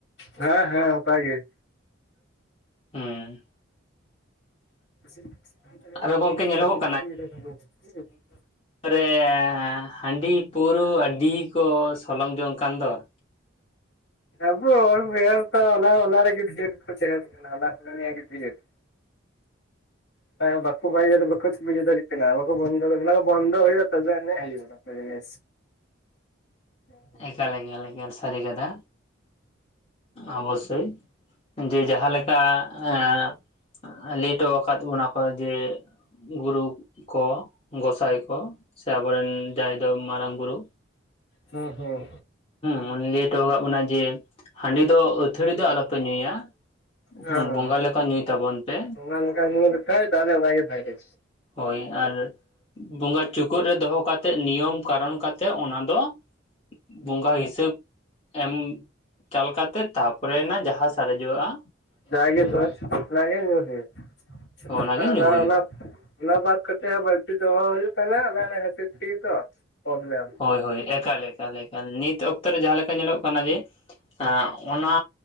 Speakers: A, on the left; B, on the left.
A: ᱦᱮᱸ ᱦᱮᱸ ᱚᱱᱠᱟ ᱜᱮ᱾
B: ᱦᱩᱸ᱾
A: <inaudible>
B: ᱟᱨᱚ ᱜᱚᱝᱠᱮ ᱧᱮᱞᱚᱜᱚᱜ ᱨᱮᱻ ᱦᱟᱺᱰᱤ ᱯᱟᱹᱣᱨᱟᱹ ᱟᱹᱰᱤ ᱠᱚ ᱥᱚᱞᱚᱝ ᱡᱚᱝ ᱠᱟᱱᱟᱱ ᱫᱚ᱾ <inaudible>
A: <inaudible> <inaudible> ᱵᱟᱠᱚ <inaudible> ᱵᱟᱠᱚ ᱵᱩᱡᱷᱟᱹᱣ ᱫᱟᱲᱮᱜ ᱠᱟᱱᱟ ᱵᱟᱠᱚ ᱵᱚᱱᱫᱚ, ᱚᱱᱟᱠᱚ ᱵᱚᱱᱫᱚ ᱦᱩᱭᱩᱜᱼᱟ ᱛᱚᱵᱮ ᱟᱱᱤᱡ ᱦᱩᱭᱩᱜ-ᱟ ᱚᱱᱟ᱾ <inaudible>
B: ᱮᱠᱟᱞ ᱮᱠᱟᱞ ᱮᱠᱟᱞ ᱥᱟᱹᱨ ᱠᱟᱛᱷᱟ᱾ ᱚᱵᱚᱥᱥᱳᱭ ᱡᱮ ᱡᱟᱦᱟᱸ ᱞᱮᱠᱟ ᱮᱸ ᱞᱟᱹᱭ ᱦᱚᱴᱚ ᱟᱠᱟᱫ ᱵᱚᱱᱟ ᱠᱚ ᱡᱮ ᱜᱩᱨᱩ ᱠᱚ ᱜᱚᱸᱥᱟᱭ ᱠᱚ ᱥᱮ ᱟᱵᱚᱨᱮᱱ ᱡᱟᱦᱟᱸᱭ ᱫᱚ ᱢᱟᱨᱟᱝ ᱵᱩᱨᱩ᱾
A: ᱦᱮᱸ ᱦᱮᱸ᱾
B: ᱩᱱᱤ ᱞᱟᱹᱭ ᱦᱚᱴᱚ ᱟᱠᱟᱫ ᱵᱚᱱᱟᱭ ᱡᱮ ᱦᱟᱺᱰᱤ ᱫᱚ ᱟᱹᱛᱷᱟᱹᱲᱤᱡ ᱫᱚ ᱟᱞᱚᱯᱮ ᱧᱩᱭᱟ᱾ ᱦᱩᱸ
A: ᱦᱮᱸ
B: ᱵᱚᱸᱜᱟ ᱞᱮᱠᱟ ᱧᱩᱭ ᱛᱟᱵᱚᱱ ᱯᱮ᱾
A: ᱚᱱᱟ ᱞᱮᱠᱟ ᱧᱩ ᱞᱮᱠᱷᱟᱡ ᱛᱟᱦᱚᱞᱮ ᱵᱟᱭ ᱜᱮ ᱵᱷᱟᱜᱮ
B: ᱦᱳᱭ ᱟᱨ ᱵᱚᱸᱜᱟ ᱪᱩᱠᱟᱹᱜ ᱨᱮ ᱫᱚᱦᱚ ᱠᱟᱛᱮᱜ, ᱱᱤᱭᱚᱢ ᱠᱟᱨᱚᱱ ᱠᱟᱛᱮᱜ ᱚᱱᱟ ᱫᱚ ᱵᱚᱸᱜᱟ ᱦᱤᱥᱟᱹᱵ ᱮᱢ ᱪᱟᱞ ᱠᱟᱛᱮ ᱛᱟᱯᱚᱨᱮᱭᱮᱱᱟ ᱡᱟᱦᱟᱸ ᱥᱟᱨᱮᱡᱚᱜᱣᱟᱜᱼᱟ᱾
A: ᱡᱟ ᱜᱮ ᱥᱟᱨᱮᱡ ᱚᱱᱟ ᱜᱮ ᱧᱩᱭ ᱦᱚᱭᱩᱜ-ᱟ᱾
B: ᱚᱱᱟᱜᱮ
A: ᱡᱟᱦᱟᱸ
B: ᱧᱩ
A: ᱚᱱᱟ
B: ᱦᱩᱭᱩᱜᱼᱟ
A: ᱚᱱᱟ ᱚᱱᱟ ᱵᱟᱫ ᱠᱟᱛᱮ ᱦᱟ ᱵᱟᱹᱲᱛᱤ ᱫᱚᱦᱚ ᱦᱩᱭᱩᱜ ᱠᱟᱱᱟ ᱚᱱᱮ ᱚᱱᱟ ᱠᱷᱟᱹᱛᱤᱨ ᱛᱮᱜᱮ ᱛᱚ᱾ ᱯᱨᱚᱵᱞᱮᱢ
B: ᱦᱳᱭ ᱦᱳᱭ, ᱮᱠᱟᱞᱮᱠᱟ ᱞᱮᱠᱟ᱾ ᱱᱤᱛ ᱚᱠᱛᱚ ᱨᱮ ᱡᱟᱦᱟᱸᱮ ᱞᱮᱠᱟ ᱧᱮᱞᱚᱜ ᱠᱟᱱᱟ ᱡᱮ ᱦᱮᱸ ᱚᱱᱟ